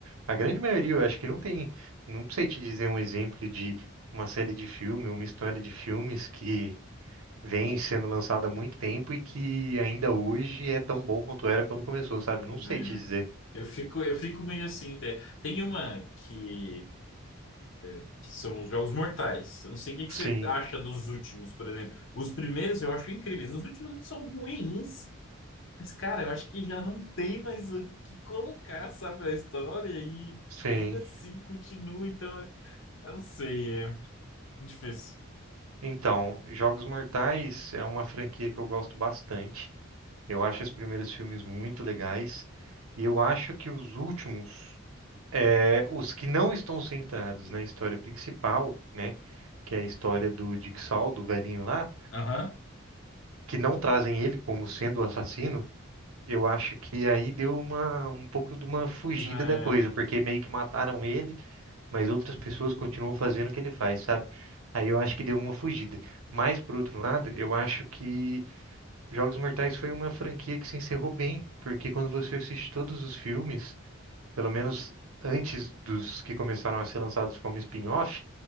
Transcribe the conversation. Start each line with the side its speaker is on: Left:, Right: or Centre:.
Right: A grande maioria, eu acho que não tem. Não sei te dizer um exemplo de uma série de filme, uma história de filmes que vem sendo lançada há muito tempo e que ainda hoje é tão bom quanto era quando começou, sabe? Não
Left: né?
Right: sei te dizer.
Left: Eu fico, eu fico meio assim, até. Tem uma que que são os Jogos Mortais. Eu não sei o que que
Right: Sim.
Left: você acha dos últimos, por exemplo. Os primeiros eu acho incríveis, os últimos são ruins, mas, cara, eu acho que já não tem mais o que colocar, sabe, a história e
Right: Sim.
Left: que ainda assim continua, então, eu não sei, é difícil.
Right: Então, Jogos Mortais é uma franquia que eu gosto bastante. Eu acho os primeiros filmes muito legais. E eu acho que os últimos, é, os que não estão centrados na história principal, né? Que é a história do Jigsaw, do velhinho lá,
Left: Aham.
Right: que não trazem ele como sendo o assassino. Eu acho que aí deu uma, um pouco de uma fugida
Left: É,
Right: da coisa, porque meio que mataram ele, mas outras pessoas continuam fazendo o que ele faz, sabe? Aí eu acho que deu uma fugida. Mas, por outro lado, eu acho que Jogos Mortais foi uma franquia que se encerrou bem, porque quando você assiste todos os filmes, pelo menos antes dos que começaram a ser lançados como spin-off,